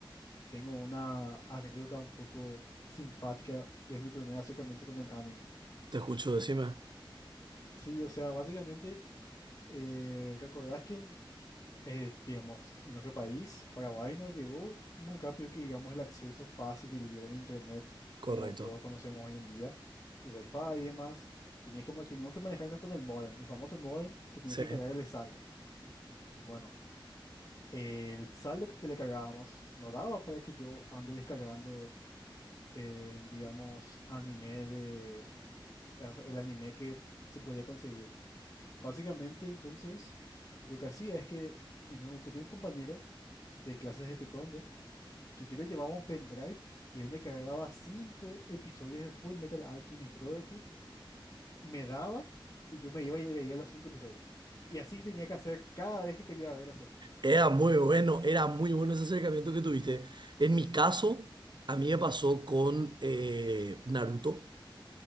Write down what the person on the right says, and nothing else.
Te escucho, decime.
Correcto.
Sí.
Era muy bueno, era muy bueno ese acercamiento que tuviste. En mi caso, a mí me pasó con eh, Naruto.